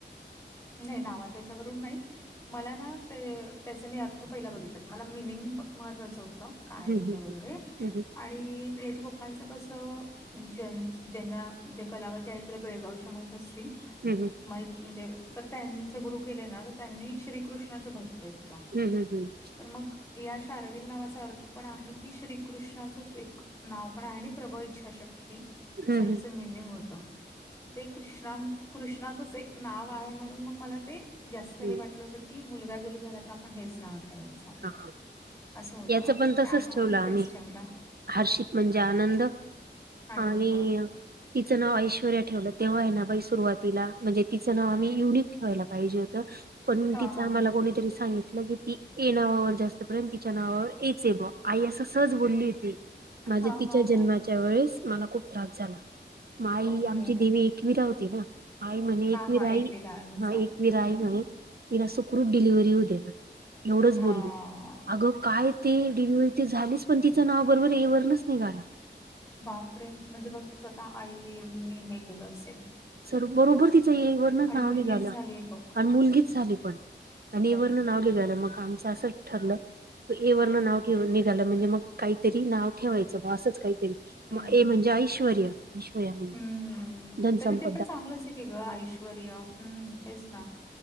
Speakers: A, on the left; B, on the right.
A: नाही नावाच्या याच्यावरून नाही. मला ना त्याचा मी अर्थ पहिला बघितला हो मला मिनिंग महत्वाचं होतं. काय
B: हम्म
A: येतं
B: हम्म
A: वगैरे आणि याच्या पप्पांचं कसं ज ज्यांना म्हणजे कलावती आहे तुला बेळगावच्या माहीत असतील
B: हम्म
A: माहीत म्हणजे तर त्यांचे गुरु केले ना तर त्यांनी श्रीकृष्णाच्या भक्त आहेत त्या
B: हम् हम् हम्
A: तर मग या शर्विल नावाचा अर्थ पण आहे की श्रीकृष्णाचच एक नाव पण आहे ना प्रबळ इच्छाशक्ती
B: हम्म
A: असं ह्याच
B: हम्म
A: मिनिंग होत ते कृष्णा कृष्णाचंच एक नाव आहे म्हणून मग मला ते जास्त हे
B: हम्म.
A: वाटलं होत की मुलगा जरी झाला तर आपण हेच नाव ठेवायच.
B: हा, हा.
A: असं होतं
B: याचं
A: माझं
B: पण तसच
A: त्यामळे
B: ठेवलं
A: मग
B: आम्ही
A: तेच ठेवलं.
B: हर्षित म्हणजे आनंद आणि
A: आनंद
B: तिचं नाव ऐश्वरया ठेवलं तेव्हा आहे ना बाई सुरुवातीला म्हणजे तिचं नाव आम्ही युनिक ठेवायला पाहिजे होत पण
A: हा
B: तिच
A: हा
B: आम्हाला कोणीतरी सांगितलं की ती ए नावावर जास्त प्रेम तिच्या नावावर एच आहे मग आई असं सहज बोलली होती. माझ्या
A: हा
B: तिच्या
A: हा
B: जन्माच्या
A: हा
B: वेळेस मला खूप त्रास झाला माई
A: ओके
B: आमची देवी एकवीरा होती ना आई म्हणे
A: हा
B: एकवीरई
A: हा एकविरायांचं
B: हा एकवीरा
A: हम्म
B: आई म्हणे तिला सुखरूप डिलिव्हरी होऊ दे्या एवढंच बोलली
A: हा
B: अगं काय ते डिलिव्हरी ते झालीच पण तिचं नाव बरोबर ए वरुनच निघालं.
A: बापरे म्हणजे बघ स्वतः आईनी हे केलं असेल
B: सर बरोबर तिचं ए वर नाव
A: आणि मुलगीच
B: निघालं
A: झाली बघ
B: आणि मुलगीच झाली पण आणि
A: बघ
B: ए वरण नाव निघालं मग आमच असं ठरलं ए वरन नाव ठेव निघालं म्हणजे मग काहीतरी नाव ठेवायचं मग असंच काहीतरी
A: हम्म हम्म
B: म्हणजे ऐश्वरय ऐश्वरय म्हणजे
A: हम्म
B: धनसप
A: तरी ते पण चांगलंच आहे की ग ऐश्वरय हम् तेच ना